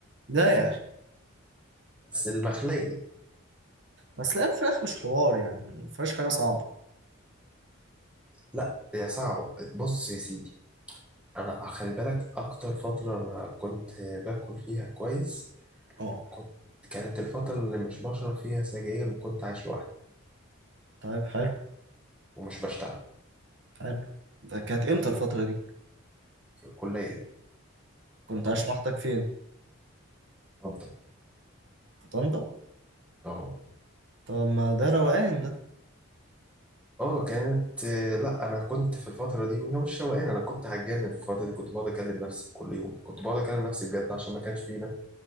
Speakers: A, on the right (about 55°); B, in the centre.
A: لا يا أخي
B: بس المخلية
A: بس لا الفراخ مش حوار يعني ما فيهاش حاجة صعبة
B: لا هي صعبة بص يا سيدي انا خلي بالك اكتر فترة أنا كنت باكل فيها كويس
A: اه
B: كنت كانت الفترة اللي مش بشرب فيها سجاير وكنت عايش لوحدي
A: طيب حلو
B: ومش بشتغل
A: حلو ده كانت امتى الفترة دي؟
B: في الكلية
A: كنت
B: كنت
A: عايش لوحدك فين؟
B: بفضل.
A: في طنطا؟
B: اه
A: طب ما ده روقان ده
B: اه كانت آه، لا انا كنت في الفتره دي هو مش روقان انا كنت هتجنن في الفتره دي كنت بقعد اكلم نفسي كل يوم كنت بقعد اكلم نفسي بجد عشان ما كانش فيه نت